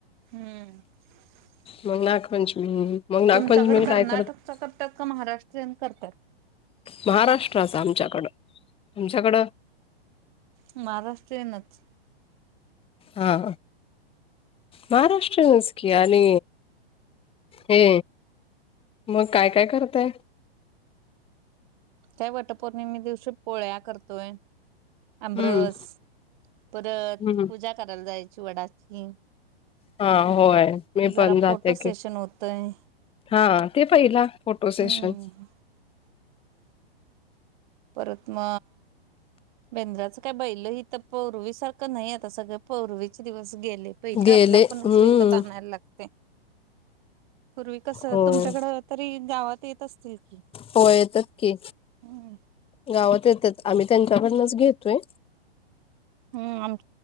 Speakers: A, on the right; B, on the left.
A: हूं
B: मंग नागपंचमी मंग नागपंचमीला
A: तुमच्याकड कर्नाटकचा
B: काय करत
A: करतात का महाराष्ट्रीयन करतात?
B: महाराष्ट्राच आमच्याकडं तुमच्याकडं
A: महाराष्ट्रीयनच
B: हा महाराष्ट्रीयच की आणि हे मग काय काय करताय?
A: त्या वटपौर्णिमे दिवशी पोळ्या करतोय. आमरस
B: हम्म
A: परत
B: हम्म.
A: पूजा करायला जाय ची वडाची
B: हा होय. मी
A: जरा
B: पण जाते
A: फोटो
B: की,
A: सेशन होतय.
B: हा ते पहिला फोटो
A: हम्म
B: सेशन
A: परत म बेंद्राचं काय बैल इथ पौर्वीसारखं नही आता सगळं पौर्वीचे दिवस गेले पहिलं
B: गेले
A: आपलं आपणच
B: हम्म.
A: विकत आणायला लागतय. पूर्वी कसं
B: होय.
A: तुमच्याकड तरी गावात तेेत असतील. की
B: हो येतात की
A: हम्म
B: गावात येतात आम्ही त्यांनं च्याकडनच घेतोय.
A: हूं आम